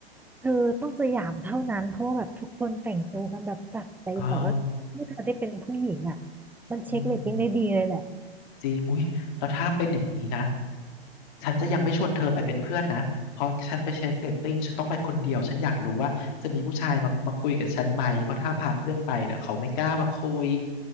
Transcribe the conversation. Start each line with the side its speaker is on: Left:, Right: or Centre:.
Centre: เธอต้องสยามเท่านั้นเพราะว่าแบบทุกคนแต่งตัวกันแบบจัดเต็มแบบแล้วเมื่อเธอได้เป็นผู้หญิงอ่ะ
Left: เออ
Centre: มันเช็คเรตติ้งได้ดีเลยแหละ
Left: อืม จริงอุ๊ยแล้วถ้าเป็นอย่างนี้นะฉันจะยังไม่ชวนเธอไปเป็นเพื่อนนะเพราะฉันไปเช็คเรตติ้งฉันต้องไปคนเดียวฉันอยากรู้ว่าจะมีผู้ชายมามาคุยกับฉันไหมเพราะถ้าพาเพื่อนไปเดี๋ยวเขาไม่กล้ามาคุย